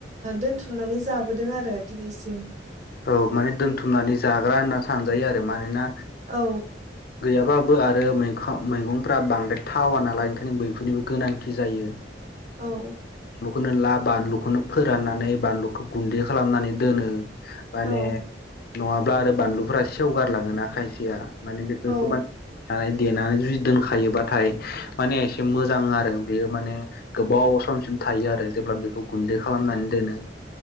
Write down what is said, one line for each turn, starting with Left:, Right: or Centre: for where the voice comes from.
Right: दोनथुमनानै जाबोदों आरो दिनैसिम
Left: औ माने दोनथुमनानै जाग्रा होनना सानजायो आरो मानोना
Right: औ
Left: गैयाबाबो आरो मे- मैगंफ्रा बांद्राय थावा नालाय ओंखायनो बैफोरनिबो गोनांथि जायो
Right: औ
Left: खोनो ला बानलुखौनो फोराननानै बानलुखौ गुन्दै खालामनानै दोनो। माने।
Right: औ
Left: नङाब्ला आरो बानलुफोरा सेवगारलाङोना खायसेया। माने बेफोरखौब
Right: औ
Left: <unintelligible> थानाय। देनानै जुदि दोनखायोबाथाय माने एसे मोजां आरो बेयो माने गोबाव समसिम थायो आरो जेब्ला बेखौ गुन्दै खालामनानै दोनो।